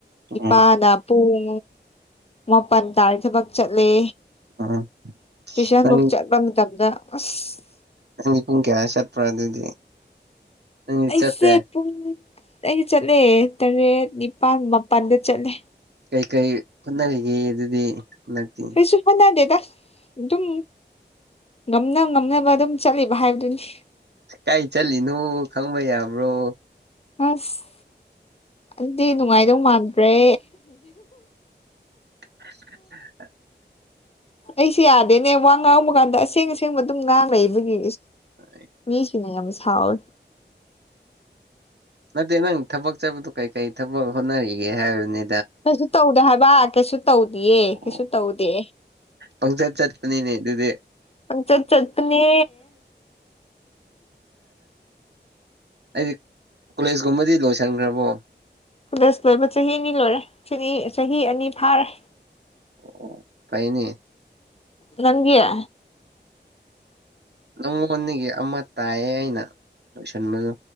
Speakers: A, on the right; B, on the left.
A: ꯎꯝ
B: ꯏꯄꯥꯅ ꯄꯨꯡ ꯃꯥꯄꯜ ꯇꯥꯔꯤ ꯊꯕꯛ ꯆꯠꯂꯦ
A: ꯎꯝ
B: ꯇ꯭ꯨꯏꯁꯟꯃꯛ
A: ꯅꯪ
B: ꯆꯠꯄ ꯃꯇꯝꯗ ꯑꯁ
A: ꯑꯗꯨꯗꯤ ꯄꯨꯡ ꯀꯌꯥ ꯆꯠꯄꯔ ꯑꯗꯨꯗꯤ ꯅꯪꯗꯤ
B: ꯑꯩꯁꯦ
A: ꯆꯠꯇꯦ
B: ꯄꯨꯡ ꯑꯩ ꯆꯠꯂꯦ ꯇꯔꯦꯠ ꯅꯤꯄꯥꯜ ꯃꯥꯄꯜꯗ ꯆꯠꯂꯦ
A: ꯀꯩꯀꯩ ꯍꯣꯠꯅꯔꯤꯒꯦ ꯑꯗꯨꯗꯤ ꯅꯠꯇꯦ
B: ꯀꯩꯁꯨ ꯍꯣꯠꯅꯗꯦꯗ ꯑꯗꯨꯝ ꯉꯝꯅ ꯉꯝꯅꯕ ꯑꯗꯨꯝ ꯆꯠꯂꯤꯕ ꯍꯥꯏꯕꯗꯨꯅꯤ
A: ꯀꯥꯏ ꯆꯠꯂꯤꯅꯣ ꯈꯪꯕ ꯌꯥꯕ꯭ꯔꯣ
B: ꯑꯁ ꯑꯗꯨꯗꯤ ꯅꯨꯡꯉꯥꯏꯗꯧ ꯃꯥꯟꯗ꯭ꯔꯦ
A: <unintelligible>
B: ꯑꯩꯁꯨ ꯌꯥꯗꯦꯅꯦ ꯋꯥ ꯉꯥꯡꯕ ꯀꯥꯟꯗ ꯑꯁꯦꯡ ꯑꯁꯦꯡꯕ ꯑꯗꯨꯝ ꯉꯥꯡꯉꯏꯕꯒꯤ
A: <inaudible>
B: ꯃꯤꯁꯤꯡꯅ ꯌꯥꯝ ꯁꯥꯎꯔ
A: ꯅꯠꯇꯦ ꯅꯪ ꯊꯕꯛ ꯆꯠꯄꯗꯨ ꯀꯩꯀꯩ ꯊꯕꯛ ꯍꯣꯠꯅꯔꯤꯒꯦ ꯍꯥꯏꯕꯅꯤ
B: ꯀꯩꯁꯨ ꯇꯧꯗꯦ ꯍꯥꯏꯕ ꯀꯩꯁꯨ ꯇꯧꯗꯦꯌꯦ
A: ꯑꯣ
B: ꯀꯩꯁꯨ ꯇꯧꯗꯦ꯫
A: ꯄꯪꯆꯠ ꯆꯠꯄꯅꯤꯅꯦ ꯑꯗꯨꯗꯤ
B: ꯄꯪꯆꯠ ꯆꯠꯄꯅꯦ
A: ꯑꯩꯗꯤ ꯀꯣꯂꯦꯖꯀꯨꯝꯕꯗꯤ ꯂꯣꯏꯁꯤꯟꯈ꯭ꯔꯕꯣ꯫
B: ꯀꯣꯂꯦꯖ ꯂꯣꯏꯕ ꯆꯍꯤ ꯑꯅꯤ ꯂꯣꯏꯔꯦꯅꯤ ꯆꯍꯤ ꯑꯅꯤ ꯐꯥꯔꯦ
A: ꯑꯣ ꯐꯩꯅꯦ
B: ꯅꯪꯒꯤ ꯑ
A: ꯅꯪꯉꯣꯟꯗꯒꯤ ꯑꯃ ꯇꯥꯏꯌꯦ ꯑꯩꯅ ꯂꯣꯏꯁꯟꯕꯗꯣ